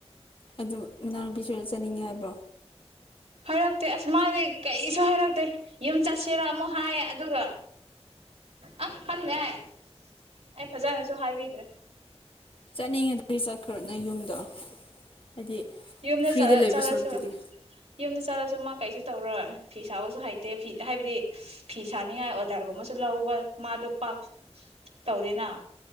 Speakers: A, on the left; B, on the right.
A: ꯑꯗꯨ ꯃꯅꯥꯎꯅꯨꯄꯤꯁꯨ ꯆꯠꯅꯤꯡꯉꯤ ꯍꯥꯏꯕ꯭ꯔꯣ
B: ꯍꯥꯏꯔꯛꯇꯦ ꯑꯁ ꯃꯥꯗꯤꯩ ꯀꯩꯁꯨ ꯍꯥꯏꯔꯛꯇꯦ ꯌꯨꯝ ꯆꯠꯁꯤꯔꯥ ꯑꯃꯨꯛ ꯍꯥꯏꯌꯦ ꯑꯗꯨꯒ ꯑ ꯈꯪꯉꯦ ꯍꯥꯏ ꯑꯩ ꯐꯖꯅꯁꯨ ꯍꯥꯏꯕꯤꯗ꯭ꯔꯦ
A: ꯆꯠꯅꯤꯡꯉ ꯑꯗꯨꯗꯤ ꯆꯠꯈ꯭ꯔꯣ ꯅ ꯌꯨꯝꯗꯣ ꯍꯥꯏꯗꯤ
B: ꯌꯨꯨꯝ
A: ꯐ꯭ꯔꯤꯗ
B: ꯆ
A: ꯂꯩꯕ
B: ꯆꯥꯂꯁꯨ
A: ꯁꯔꯨꯛꯇꯨꯗꯤ
B: ꯌꯨꯨꯝ ꯆꯥꯂꯁꯨ ꯃꯥ ꯀꯩꯁꯨ ꯇꯧꯔꯣꯏ ꯐꯤ ꯁꯥꯕꯁꯨ ꯍꯩꯇꯦ ꯐꯤ ꯍꯥꯏꯕꯗꯤ ꯐꯤ ꯁꯥꯅꯤꯡꯉꯥꯏ ꯑꯣꯗꯔꯒꯨꯝꯕꯁꯨ ꯂꯧꯕ ꯃꯥꯗꯣ ꯄꯥꯛ ꯇꯧꯗꯦꯅ